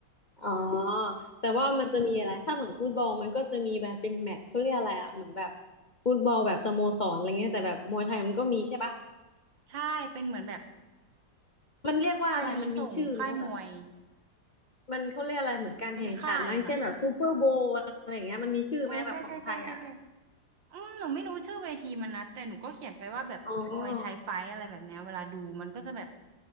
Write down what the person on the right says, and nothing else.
ใช่เป็นเหมือนแบบ
ค่ายนี้ส่งค่ายมวย
เป็นค่ายค่ะ เออใช่ใช่ใช่ใช่ใช่อืมหนูไม่รู้ชื่อเวทีมันนะแต่หนูก็เขียนไปว่าแบบมวยไทยไฟท์อะไรแบบเนี้ยเวลาดูมันก็จะแบบ